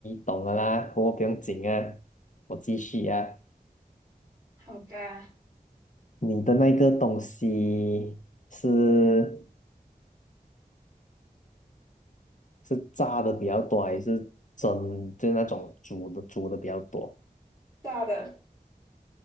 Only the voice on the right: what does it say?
好吧，
炸的，